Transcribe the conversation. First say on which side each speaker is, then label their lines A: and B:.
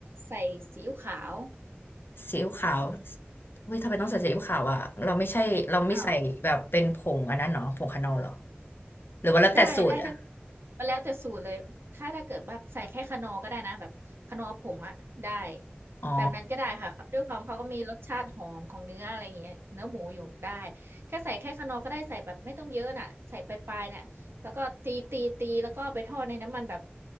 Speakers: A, on the right (about 70°); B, on the left (about 60°).
A: ใส่ซีอิ๊วขาว
B: ซีอิ๊วขาว
A: อืม
B: เฮ้ยทำไมต้องใส่ซีอิ๊วขาวอ่ะเราไม่ใช่เราไม่ใส่แบบเป็นผงอันนั้นเนาะผงคานอลเหรอ
A: อืมอ้าว
B: หรือว่าแล้วแต่สูตรอ่ะ
A: ได้ได้ทั้งมันแล้วแต่สูตรเลยถ้าถ้าเกิดแบบใส่แค่คะนอร์ก็ได้นะแบบคะนอร์ผงอะได้
B: อ๋อ
A: แบบนั้นก็ได้ค่ะด้วยความเขาก็มีรสชาติหอมของเนื้ออะไรอย่างเงี้ยเนื้อหมูอยู่ได้แค่ใส่แค่คะนอร์ก็ได้ใส่แบบไม่ต้องเยอะน่ะใส่ปลายๆเนี่ยแล้วก็ตีตีตีแล้วก็ไปทอดในน้ำมันแบบ